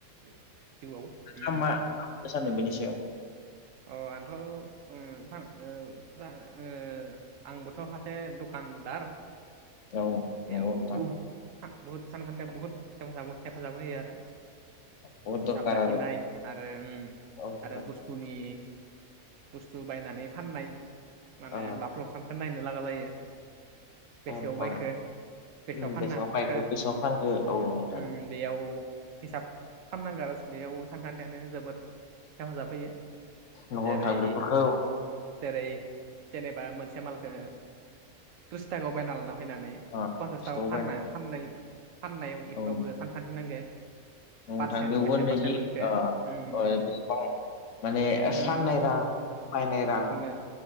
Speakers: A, on the right; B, on the left.
A: जिउआव उम
B: नोंथाङा मा सानो बिनि सायाव
A: अ आंथ' उम <unintelligible> आंबोथ' सासे दखानदार
B: औ
A: बेयाव
B: नंगौ नोंथां
A: बुहुत बुहुत सानखान्थियाव बुहुत हेफाजाब हेफाजाब होयो आरो।
B: बहुद
A: हिसाब
B: दरखार
A: लाखिनाय
B: आरो
A: आरो उम
B: औ नोंथां
A: आरो बुस तुनि बुस्तु बायनानै फाननाय माने
B: ओ
A: बफ्लस सानखो नायनो लागा जायो बेसेयाव
B: औ नोंथां
A: बायखो बेसेयाव
B: उम
A: फाननो
B: बेसेङाव
A: हाखो
B: बायखो बेसेङाव फानखो औ नोंथां
A: उम बेयाव हिसाब खालामनांगो आरो बेयाव सानखान्थियानो जोबोर हेफाजाब होयो
B: नंगौ
A: जेरै
B: नोंथां बेफोरखौ
A: जेरै जेनेबा मोनसे मालखौ ट्रिस थाखायाव बायना लाना फैनानै
B: ओ
A: फन्सास थाखा
B: स्ट'आव
A: फाननो
B: बायनाय
A: फाननाय फाननायाव इफोरावबो
B: नंगौ
A: सानखान्थि नांगो।
B: औ नोंथां
A: पारसेन्ट
B: बेयावबो
A: बेसे
B: नैजि
A: पारसेन्ट मोनखो
B: ओ ओ
A: उम
B: बेसेबां माने
A: उम
B: साननाय रां बायनाय रां
A: नंगौ